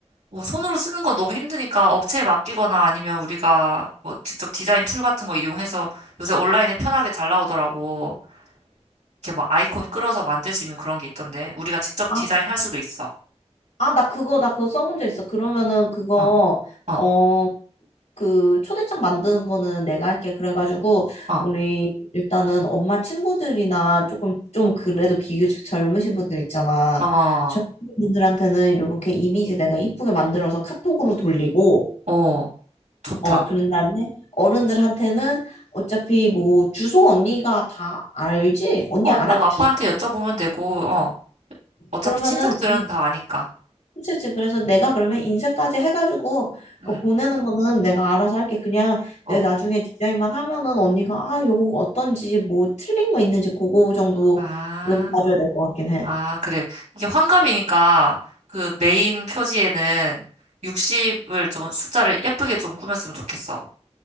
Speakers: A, on the right (about 85°); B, on the left (about 85°).
A: 뭐 손으로 쓰는 건 너무 힘드니까 업체에 맡기거나 아니면 우리가 뭐 직접 디자인 툴 같은 거 이용해서 요새 온라인에 편하게 잘 나오더라고. 이렇게 막 아이콘 끌어서 만들 수 있는 그런 게 있던데, 우리가 직접
B: 아,
A: 디자인할 수도 있어.
B: 아, 나 그거, 나 그거 써본 적 있어. 그러면은 그거,
A: 어, 어,
B: 어, 그 초대장 만드는 거는 내가 할게. 그래가지고
A: 어,
B: 우리 일단은 엄마 친구들이나 조금 좀 그래도 비교적 젊으신 분들 있잖아.
A: 어,
B: 젊은 분들한테는 이렇게 이미지 내가 이쁘게 만들어서 카톡으로 돌리고
A: 어, 좋다.
B: 어 그런 다음에 어른들한테는 어차피 뭐 주소 언니가 다 알지? 언니
A: 어,
B: 알아?
A: 뭐 아빠한테
B: 주소.
A: 여쭤보면 되고, 어, 어차피
B: 그러면은
A: 친척들은 다 아니까.
B: 그치, 그치. 그래서 내가 그러면 인쇄까지 해가지고
A: 응,
B: 그 보내는 거는 내가 알아서 할게. 그냥
A: 어,
B: 내 나중에 디자인만 하면은 언니가 아, 요거 어떤지 뭐 틀린 거 있는지 그거 정도는
A: 아.
B: 봐줘야 될 것 같긴 해.
A: 아, 그래. 이게 환갑이니까 그 메인 표지에는 60을 좀 숫자를 예쁘게 좀 꾸몄으면 좋겠어.